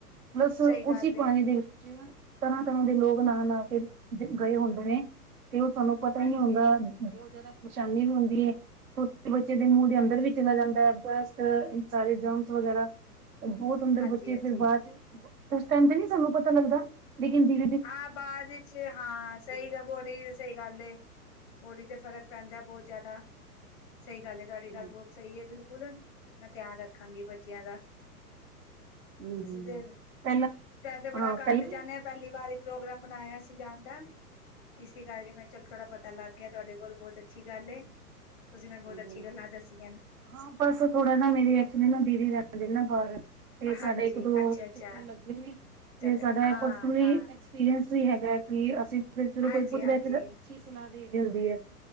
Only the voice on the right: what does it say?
ਦੱਸੋ,
ਉਸੀ
ਪਾਣੀ ਦੇ ਵਿੱਚ ਤਰਾਂ-ਤਰਾਂ, ਦੇ ਲੋਕ ਨਾ-ਨਾ ਕੇ ਗਏ ਹੁੰਦੇ ਨੇ। ਤੇ ਉਹ ਸਾਨੂੰ ਪਤਾ ਹੀ
ਨੀ ਹੁੰਦਾ। ਬਹੁਤ ਜਿਆਦਾ ਪਰੇਸ਼ਾਨੀ ਵੀ ਹੁੰਦੀ। ਬੱਚੇ ਦੇ ਮੂੰਹ ਦੇ
ਅੰਦਰ ਵੀ ਚਲਾ ਜਾਂਦਾ ਹੈ। ਬੱਸ ਐ ਸਾਰੇ ਜਾਮਸ ਵਗੈਰਾ। ਬਹੁਤ ਅੰਦਰ
ਬੱਚੇ
ਫੇਰ ਬਾਅਦ ਚ, ਉਸ ਟਾਈਮ ਤੇ ਨੀ ਸਾਨੂੰ ਪਤਾ ਲੱਗਦਾ। ਲੇਕਿਨ ਦੀ
ਹੈ
ਹਮ
ਹਮ
ਪਹਿਲਾਂ
ਹਾਂ
ਪਹਿਲਾਂ
ਹਾਂਜੀ
ਹਾਂ, ਬਸ ਥੋੜਾ ਨਾ ਮੇਰੀ ਅਚੁਲੀ ਦੀਦੀ ਰਹਿੰਦੇ ਨੇ ਨਾ ਬਾਹਰ। ਤੇ ਸਾਡੇ
ਇੱਕ, ਦੋ
ਹੋ ਚੱਕਰ ਲੱਗੇ ਨੇ।
ਤੇ ਸਾਡਾ
ਪਰਸੋ ਵੀ
ਐਕਸਪੀਰੀਅਂਸ ਵੀ ਹੈਗਾ। ਫੇਰ ਜਦੋਂ
ਕੋਈ ਪੁੱਛਦਾ ਹੈ ਤੇ ਅੱਛੀ ਸਲਾ ਦੇ ਦਈ ਦੀ ਹੁੰਦੀ ਹੈ।